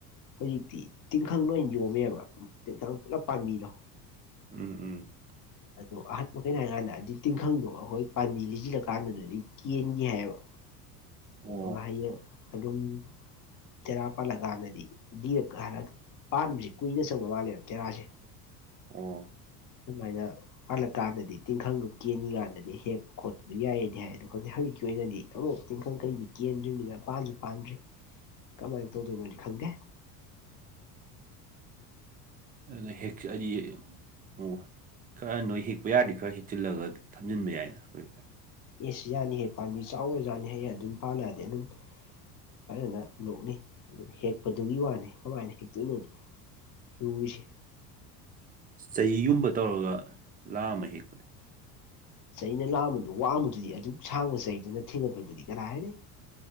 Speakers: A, on the left (about 40°); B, on the right (about 20°).
A: ꯍꯧꯖꯤꯛꯇꯤ ꯇꯤꯡꯈꯪ ꯂꯣꯏ ꯑꯣꯏꯅ ꯌꯣꯝꯃꯦꯕ ꯇꯤꯡꯈꯪ ꯄꯨꯂꯞ ꯄꯥꯝꯕꯤꯗꯣ
B: ꯎꯝ ꯎꯝ
A: ꯑꯗꯣ ꯑꯍꯥꯟ ꯃꯀꯩꯅꯣ ꯍꯥꯏꯔ ꯀꯥꯟꯗ ꯍꯥꯏꯗꯤ ꯇꯤꯡꯈꯪꯗꯣ ꯑꯩꯈꯣꯏ ꯄꯥꯝꯕꯤ ꯂꯤꯖꯤꯜꯂ ꯀꯥꯟꯗꯨꯗꯗꯤ ꯀꯦꯟꯒꯦ ꯍꯥꯏꯌꯦꯕ
B: ꯑꯣ
A: ꯑꯗꯨꯍꯥꯏꯅ ꯑꯗꯨꯝ ꯇꯦꯔꯥ ꯄꯥꯜꯂꯀꯥꯟꯗꯗꯤ ꯂꯤꯔꯀꯥꯟꯗ ꯄꯥꯟꯕꯁꯤ ꯀꯨꯏꯅ ꯆꯪꯕ ꯃꯥꯜꯂꯦꯕ ꯇꯦꯔꯥꯁꯦ
B: ꯑꯣ
A: ꯑꯗꯨꯃꯥꯏꯅ ꯄꯜꯂꯀꯥꯟꯗꯗꯤ ꯇꯤꯡꯈꯪꯗꯣ ꯀꯦꯟꯅꯤꯀꯥꯟꯗꯗꯤ ꯍꯦꯛ ꯈꯣꯠꯄꯗꯨ ꯌꯥꯏꯑꯗꯤ ꯍꯥꯏ ꯑꯗꯣ ꯈꯪꯗꯦ ꯍꯧꯖꯤꯛꯀꯤ ꯑꯣꯏꯅꯗꯤ ꯑꯃꯨꯛ ꯇꯤꯡꯈꯪ ꯀꯩꯗꯤ ꯀꯦꯟꯗ꯭ꯔꯤꯕꯅꯤꯅ ꯄꯥꯟꯁꯨ ꯄꯥꯟꯗ꯭ꯔꯤ ꯀꯃꯥꯏꯅ ꯇꯧꯗꯣꯏꯅꯣꯗꯤ ꯈꯪꯗꯦ
B: ꯑꯗꯨꯅ ꯍꯦꯛꯀꯦ ꯍꯥꯏꯗꯤ ꯑꯣ ꯈꯔ ꯅꯣꯏ ꯍꯦꯛꯄ ꯌꯥꯔꯗꯤ ꯈꯔ ꯍꯦꯛꯆꯜꯂꯒ ꯊꯝꯖꯤꯟꯕ ꯌꯥꯏꯅ ꯍꯣꯏ ꯍꯣꯏ
A: ꯏꯁ ꯌꯥꯅꯤꯍꯦ ꯄꯥꯝꯕꯤ ꯆꯥꯎꯒꯔꯥꯖꯥꯠꯅꯤꯍꯦ ꯑꯗꯨꯝ ꯄꯥꯅꯗꯤ ꯑꯗꯨꯝ ꯐꯖꯅ ꯂꯣꯛꯅꯤ ꯑꯗꯨ ꯍꯦꯛꯄꯗꯨꯒꯤ ꯋꯥꯅꯤ ꯀꯃꯥꯏꯅ ꯍꯦꯛꯇꯣꯏꯅꯣ ꯂꯨꯏꯁꯦ
B: ꯆꯍꯤꯒꯨꯝꯕ ꯇꯧꯔꯒ ꯂꯥꯝꯃ ꯍꯦꯛꯄꯗꯤ
A: ꯆꯩꯅ ꯂꯥꯝꯕꯗꯣ ꯋꯥꯡꯕꯗꯨꯗꯤ ꯑꯗꯨꯛ ꯁꯥꯡꯕ ꯆꯩꯗꯨꯅ ꯊꯦꯡꯒꯠꯄꯗꯨꯗꯤ ꯀꯅꯥ ꯍꯥꯏꯔꯅꯤ